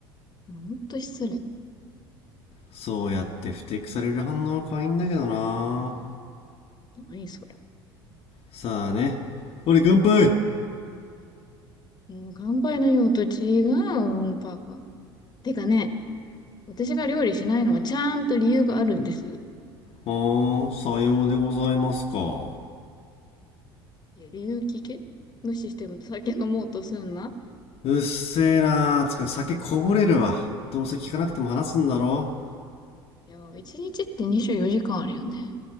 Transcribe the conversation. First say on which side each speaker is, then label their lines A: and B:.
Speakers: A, on the left; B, on the left.
A: ほんと失礼。
B: そうやって不適される反応可愛いんだけどな。
A: 何それ。
B: さあね。俺乾杯
A: うん、乾杯の用途違う、うんぱてかね、私が料理しないのはちゃんと理由があるんです。
B: ほーん、さようでございますか。
A: いや、理由聞け無視しても酒飲もうとすんな。
B: うっせえなーつか酒こぼれるわ。どうせ聞かなくても話すんだろ。
A: いや、一日って24時間あるよね。